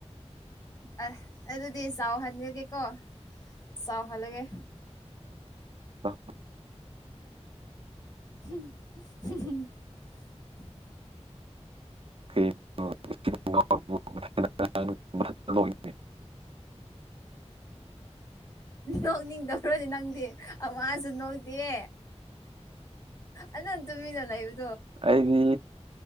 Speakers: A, on the left; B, on the right.
A: ꯑ ꯑꯗꯨꯗꯤ ꯆꯥꯎ ꯍꯟꯈꯒꯦ ꯀꯣ ꯆꯥꯎ ꯍꯜꯂꯒꯦ
B: ꯑ
A: <unintelligible>
B: <unintelligible>
A: ꯅꯣꯛꯅꯤꯡꯗꯔꯣꯅꯤ ꯅꯪꯗꯤ ꯑꯁꯨ ꯅꯧꯗꯦ ꯑꯅꯪ ꯇꯨꯃꯤꯅ ꯂꯩꯕ
B: ꯑꯩꯗꯤ